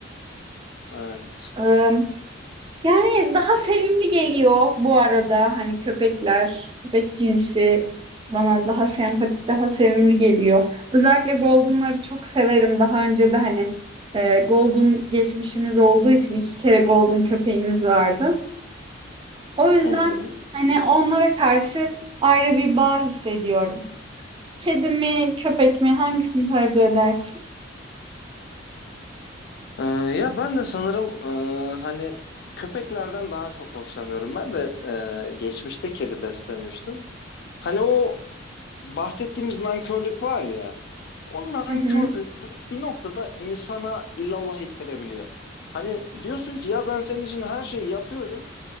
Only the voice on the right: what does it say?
Ee, yani daha sevimli geliyor bu arada. Hani köpekler, köpek cinsi bana daha sempatik, daha sevimli geliyor. Özellikle Golden'ları çok severim. Daha önce de hani e, Golden geçmişimiz olduğu için iki kere Golden köpeğimiz vardı. O yüzden
hani onlara karşı ayrı bir bağ hissediyorum. Kedi mi, köpek mi, hangisini tercih edersin?
Hı hı.